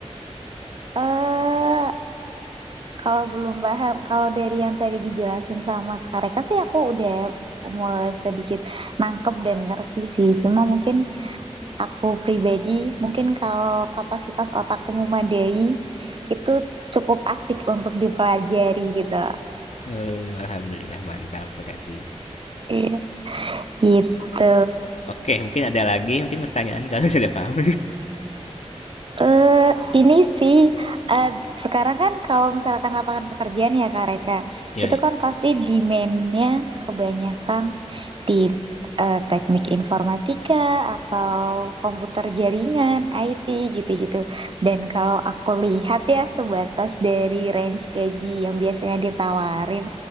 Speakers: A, on the right; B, on the left.
A: Eh Kalau belum paham, kalau dari yang tadi dijelasin sama Kak Reka sih aku udah mau sedikit nangkep dan ngerti sih. Cuma mungkin aku pribadi, mungkin kalau kapasitas otakku memadai, itu cukup asik untuk dipelajari gitu.
B: uh, alhamdulillah mantap berarti
A: Iya. Gitu.
B: oke mungkin ada lagi mungkin pertanyaan kalau <laughs> sudah paham
A: Eh, ini sih eh, sekarang kan kalau misalkan lapangan pekerjaan ya Kak Reka,
B: Iya,
A: itu
B: <laughs> iya.
A: kan pasti demand-nya kebanyakan di eh, teknik informatika atau komputer jaringan, IT gitu-gitu. Dan kalau aku lihat ya sebatas dari range gaji yang biasanya ditawarin,